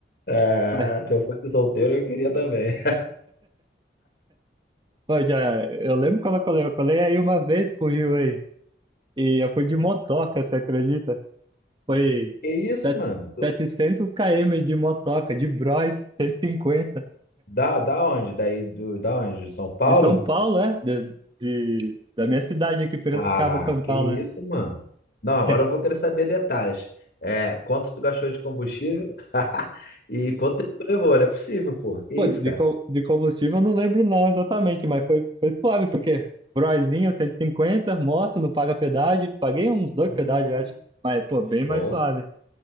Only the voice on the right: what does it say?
Mas,
pô, já, eu lembro quando eu colei. Eu colei aí uma vez pro Rio aí. E eu fui de motoca, você acredita? Foi
set-
setecentos km de motoca, de Bros, cento e cinquenta,
De São Paulo, é? De, de- da minha cidade aqui, Piracicaba,
São Paulo,
é.
<laughs>
Pô, de,
co- de combustível eu não lembro não exatamente, mas foi, foi suave, porque Broizinho 150, moto, não paga pedágio, paguei uns dois
pedágios, eu acho, mas, pô, bem
mais suave.